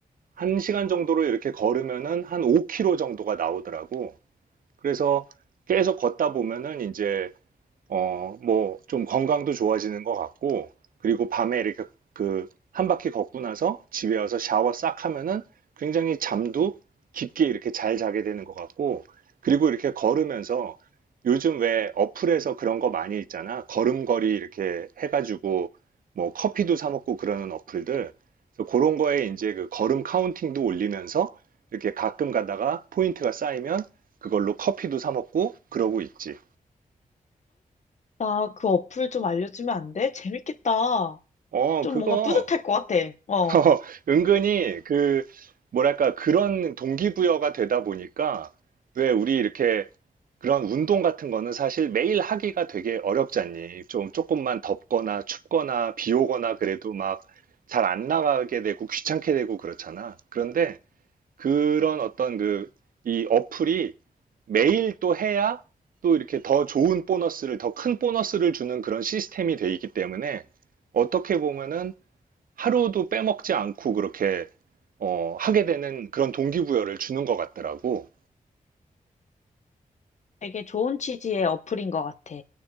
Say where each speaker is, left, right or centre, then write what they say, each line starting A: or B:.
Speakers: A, on the right; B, on the left.
A: 한시간 정도로 이렇게 걸으면은 한 5km 정도가 나오더라고. 그래서 계속 걷다 보면은 이제 어, 뭐, 좀 건강도 좋아지는 것 같고, 그리고 밤에 이렇게 그, 한 바퀴 걷고 나서 집에 와서 샤워 싹 하면은 굉장히 잠도 깊게 이렇게 잘 자게 되는 것 같고, 그리고 이렇게 걸으면서 요즘 왜 어플에서 그런 거 많이 있잖아. 걸음걸이 이렇게 해가지고 뭐 커피도 사 먹고 그러는 어플들. 그래서 그런 거에 이제 그 걸음 카운팅도 올리면서 이렇게 가끔 가다가 포인트가 쌓이면 그걸로 커피도 사 먹고 그러고 있지.
B: 나 그 어플 좀 알려주면 안 돼? 재밌겠다.
A: 어,
B: 좀
A: 그거
B: 뭔가 뿌듯할 것 같아. 어.
A: 어, 은근히 그 뭐랄까 그런 동기부여가 되다 보니까 왜 우리 이렇게 그런 운동 같은 거는 사실 매일 하기가 되게 어렵잖니. 좀 조금만 덥거나 춥거나 비 오거나 그래도 막 잘 안 나가게 되고 귀찮게 되고 그렇잖아. 그런데 그런 어떤 그 이 어플이 매일 또 해야 또 이렇게 더 좋은 보너스를, 더 큰 보너스를 주는 그런 시스템이 돼 있기 때문에 어떻게 보면은 하루도 빼먹지 않고 그렇게 어, 하게 되는 그런 동기부여를 주는 것 같더라고.
B: 되게 좋은 취지의 어플인 것 같아.